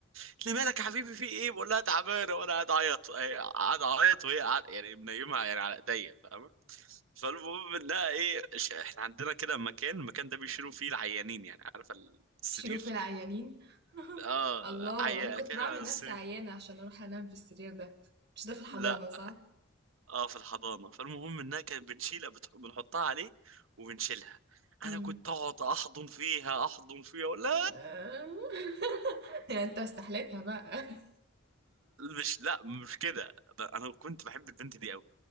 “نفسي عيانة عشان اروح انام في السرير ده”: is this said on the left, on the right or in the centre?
Right